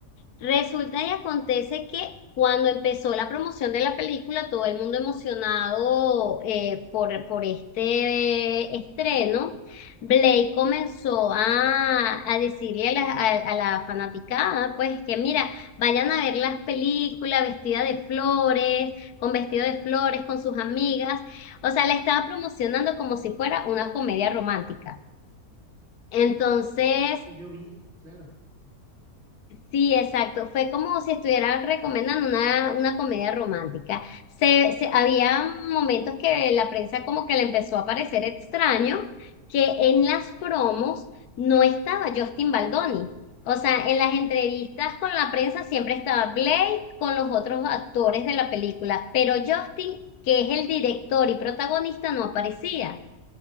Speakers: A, on the left; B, on the right.
A: Resulta y acontece que cuando empezó la promoción de la película, todo el mundo emocionado eh, por, por este estreno, Blake comenzó a, a decirle a la, a- a la fanaticada, pues que mira, vayan a ver las películas vestida de flores, con vestido de flores, con sus amigas. O sea, la estaba promocionando como si fuera una comedia romántica. Entonces...
B: Un poco lo que yo vi, claro.
A: Sí, exacto. Fue como si estuvieran recomendando una, una comedia romántica. Se, se- había momentos que la prensa como que le empezó a parecer extraño que en las promos no estaba Justin Baldoni. O sea, en las entrevistas con la prensa siempre estaba Blake con los otros actores de la película, pero Justin, que es el director y protagonista, no aparecía.